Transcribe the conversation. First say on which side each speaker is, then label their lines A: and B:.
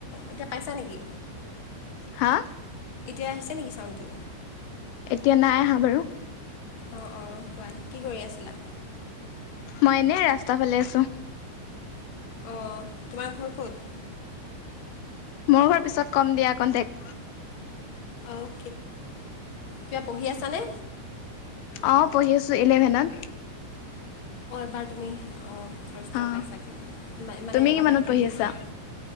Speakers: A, on the left; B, on the left.
A: এতিয়া পাইছা নেকি
B: হা
A: এতিয়া আহিছে নেকি চাউণ্ড টো
B: এতিয়া নাই আহা বাৰু
A: অ অ কোৱা কি কৰি আছিলা?
B: মই এনে ৰাস্তা ফালে আছো।
A: অঁ তোমাৰ ঘৰ ক'ত
B: মোৰ ঘৰ পিছত কম দিয়া কনটেক
A: অক কিবা পঢ়ি আছ নে?
B: অঁ পঢ়ি আছোঁ ইলেভেনত
A: বাৰ তুমি ফাৰ্ষ্ট ইয়েৰ
B: অঁ
A: পাইছাগৈ মানে
B: তুমি
A: এবাৰ
B: কিমানত
A: মেট্ৰিক
B: পঢ়ি
A: দিছা?
B: আছা